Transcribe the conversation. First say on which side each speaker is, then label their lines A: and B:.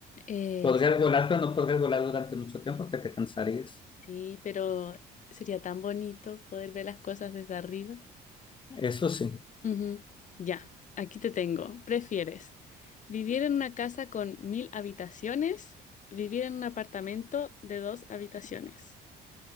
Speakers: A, on the left; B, on the left.
A: Eh,
B: Podrías volar, pero no podrías volar durante mucho tiempo porque te cansarías.
A: sí, pero sería tan bonito poder ver las cosas desde arriba.
B: Eso sí.
A: Ujú, Ya, aquí te tengo. ¿Prefieres vivir en una casa con mil habitaciones, vivir en un apartamento de dos habitaciones?